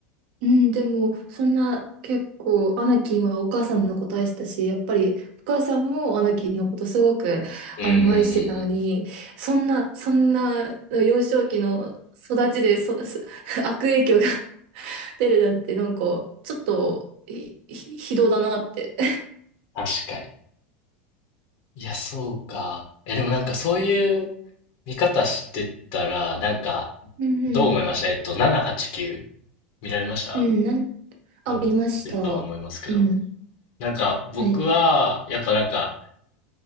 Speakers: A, on the right; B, on the left.
A: うん、でも、そんな、結構、アナキンはお母さんのこと愛してたし、やっぱり、お母さんもアナキンのことすごく、
B: うんうんうんうん。
A: あの、愛してたのに、そんな、そんな、幼少期の育ちで、そ、そ <laughs> 悪影響が <laughs> 出るなんて、なんか、ちょっと、ひ、ひひどだなって。
B: 確かに。いや、そうか。え、でもなんかそういう見方してたら、なんか、
A: うんうん。
B: どう思いましたえっと、789見られました
A: うん、なん、あ、
B: まあ見てるとは思いますけど。
A: 見ました。うん。
B: なんか僕は、
A: はい。
B: やっぱなんか、